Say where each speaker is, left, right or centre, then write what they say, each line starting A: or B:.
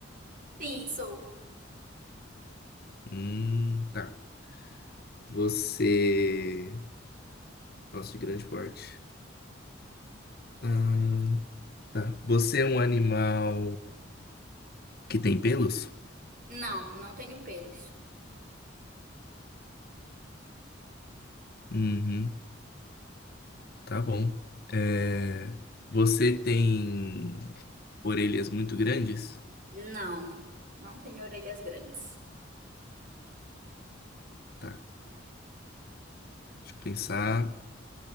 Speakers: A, on the right; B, on the left.
A: Sim, sou.
B: Hum, tá. Você. Nossa, de grande porte. Hum, tá. Você é um animal que tem pelos?
A: Não, não tenho pelos.
B: Uhum. Tá bom. É, Você tem orelhas muito grandes?
A: Não, não tenho orelhas grandes.
B: Tá, deixa eu pensar.